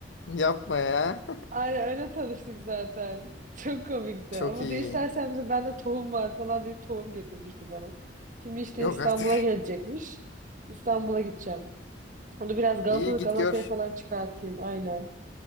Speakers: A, on the left; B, on the right.
A: Yapma ya.
B: Aynen öyle tanıştık zaten. Çok komikti.
A: <laughs> Çok
B: Ama
A: iyi.
B: diyor istersen bize bende tohum var falan diye tohum getirmişti bana. Şimdi işte
A: Yok
B: İstanbul'a
A: artık.
B: gelecekmiş.
A: <laughs>
B: İstanbul'a gideceğim. Onu biraz Galata,
A: İyi git
B: Galata'ya
A: gör.
B: falan çıkartayım aynen.